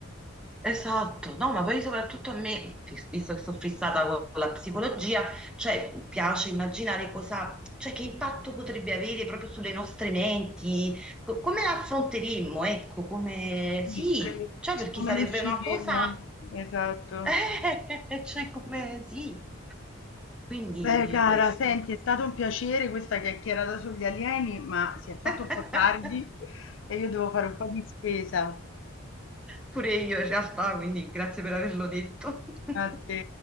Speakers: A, in the centre; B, on the left.
A: Esatto, no, ma poi soprattutto a me, fis- visto che sono fissata con la psicologia, cioè mi piace immaginare cosa, cioè che impatto potrebbe avere proprio sulle nostre menti, co- come la affronteremmo, ecco, come sì,
B: Sì, che-
A: cioè
B: se
A: perché
B: come
A: sarebbe
B: ne usciremmo?
A: una cosa,
B: Esatto.
A: <laughs> eh, cioè come sì, quindi
B: Beh, cara,
A: questo.
B: senti, è stato un piacere questa chiacchierata sugli alieni, ma si è fatto
A: <laughs>
B: un po' tardi e io devo fare un po' di spesa.
A: Pure io in realtà, quindi grazie per averlo detto. <laughs>
B: A te.